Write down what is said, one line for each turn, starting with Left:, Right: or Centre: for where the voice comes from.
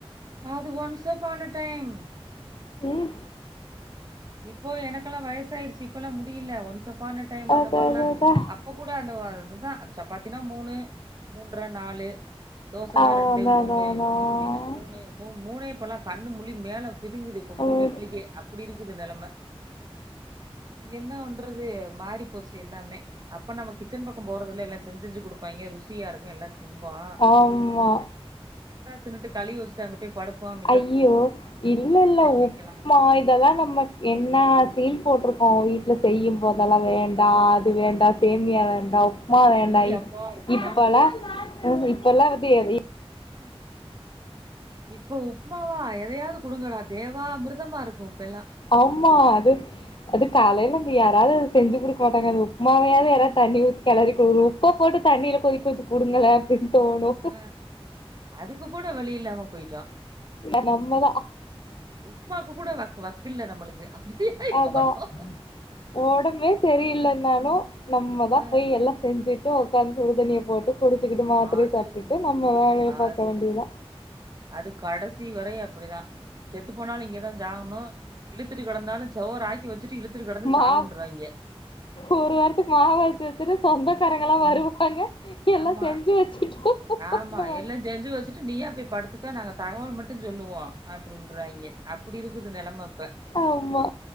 Right: அது ஒன்ஸ் அப் ஆன டைம்
Left: ம்
Right: இப்போ எனக்கெல்லாம் வயசாய்டுச்சு இப்பல்லாம் முடியல ஒன்ஸ் அப்பான டைம்
Left: அது
Right: அந்த மாரில்லா
Left: அது
Right: அப்
Left: அதான்.
Right: அப்போ கூட அந்த அதுதா அந் சப்பாத்தினா மூணு மூன்ர நாலு தோசனா
Left: ஆ
Right: ரெண்டு
Left: அதான்
Right: மூணு
Left: அதான் அதான்.
Right: இட்லினா மூணு மூணே மூ மூணே இப்பெல்லா கண்ணு முளி மேல பிதுங்குது இப்ப மூணு
Left: ம்.
Right: இட்லிக்கே அப்டி இருக்கு இருக்குது நெலம என்ன பன்றது மாரி போச்சு எல்லாமே அப்ப நம்ம கிச்சன் பக்கம் போறதுல்ல எல்லாம் செஞ்சி செஞ்சி கொடுப்பாங்க ருசியா இருக்கும் எல்லாம் திம்போம்
Left: ஆமா
Right: பாத்தரத்த கழுவி வச் சிட்டு அங்க போய் படுப்போம்
Left: ஐயோ இல்ல இல்ல உப்புமா
Right: வைக்கலா
Left: இதெல்லா நம்ம என்னா சீன் போட்ருக்கோ வீ ட்டுல செய்யும்
Right: ம்
Left: போதெல்லா வேண்டா அது வேண்டா
Right: ம்
Left: சேமியா வேண்டாம் உப்புமா வேண்டா
Right: இடியாப்போ உப்மா
Left: இப்பல்லா ம் இப்பல்லா எதையு
Right: ஆ இப்ப உப்புமாவா எதையாவது கொடுங்கடா தேவா அமிதர்மா இருக்கு இப்ப எல்லா
Left: ஆமா அது அது காலையில வந்து யாராவது செஞ்சு கொடுக்க மாட்டாங்க அது மாவையாவது யாராவ்து
Right: அ
Left: தண்ணி ஊத்தி கெளறிக்கு உப்ப போட்டு தண்ணியில கொதிக்க வச்சி குடுங்களே
Right: அ
Left: அப்டின்னு தோணு
Right: அ அதுக்கு கூட வழி இல்லாம போயிட்டா
Left: ந நம்மதா
Right: உப்புமாக்கு கூட வக் வக்கு இல்ல நம்மளுக்கு அப்டியாயி
Left: அதான்
Right: போனோ
Left: உடம்பே சரியில்லனாலும் நம்ம தா
Right: ஆ
Left: போய் எல்லா செஞ்சுட் உக்காந்து சுடு தண்ணிய போட்டு குடிச்சிட்டு மாத்திரே
Right: அது
Left: சாப்பிட்டுட்டு நம்ம வேலையை பாக்க
Right: அது
Left: வேண்டிய தா
Right: அது கடைசி வரை அப்டி தா செத்து போனாலு இங்கே தா சாகணும் இழுத்துட்டு கெடந்தாலும் சோறு ஆக்கி வச்சிட்டு இழுத்துட்டு கெடந்து
Left: மாவ்
Right: சாகனுருவாய்ங்கே
Left: ஒரு வாரத்துக்கு மாவு அரச்சி வச்சிரு சொந்தக்காரங்கல்லா வருவாங்க எல்லா
Right: ஆமா
Left: செஞ்சு வச்சுட்டு போணுவாங்க
Right: ஆமா எல்லா செஞ்சு வச்சிட் டு நீயா போய் படுத்துக்க நாங்க தகவல் மட்டு சொல்லுவோ அப்டின்றாய்ங்க அப்பிடி இருக்குது நெலம இப்ப
Left: ஆமா